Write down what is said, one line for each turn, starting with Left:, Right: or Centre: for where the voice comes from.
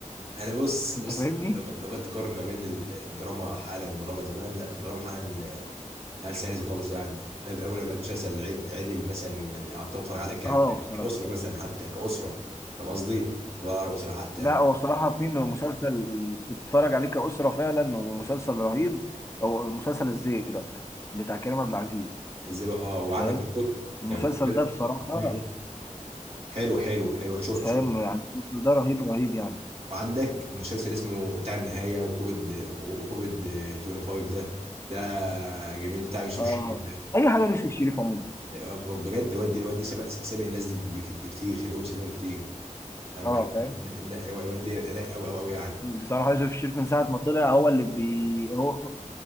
Right: انا بص
Left: انت
Right: بص
Left: فاهمني
Right: لو لو جيت تقارن ما بين الدراما حالا والدراما زمان لا الدراما حالا هل عايز يخلص يعني النادي الاول لو لقيت مسلسل عد- عدل مثلا ي- يعني تقعد تتفرج عليه ك-
Left: اه بصراحه
Right: كاسره مثلا حتى كاسره فاهم قصدي؟ تتفرج على الاسره حتى
Left: لا
Right: يعني
Left: هو بصراحه في مسلسل تتفرج عليه كأسرة فعلا ومسلسل رهيب هو مسلسل الزيبق بتاع كريم عبد العزيز
Right: ازاي بقى اه وعندك
Left: فاهم
Right: برضك
Left: المسلسل
Right: كان في مسلسل
Left: ده بصراحة
Right: مم. حلو حلو حلو شفت
Left: فاهم
Right: شفت
Left: يعني المسلسل ده رهيب رهيب يعني
Right: وعندك مسلسل اسمه بتاع النهايه وكوفيد وكوفيد 25 ده ده جميل بتاع يوسف
Left: اه
Right: الشريف ده
Left: اي حاجه ليوسف الشريف عموما
Right: اه بجد الواد الواد سابق سابق الناس دي بك- بكتير سابقهم سابقهم كتير انا
Left: اه
Right: بقى-
Left: فاهم
Right: الن- الن- الواد ده رايق قوي قوي قوي
Left: بصراحه يوسف الشريف من ساعه ما طلع هو اللي بي هو